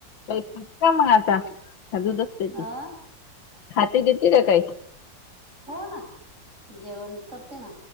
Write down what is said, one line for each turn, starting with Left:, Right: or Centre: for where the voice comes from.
Left: काय खाते मग आता का दूधच पिते
Right: अ
Left: खाती पिती का काही?
Right: हो ना, जेवण करते ना.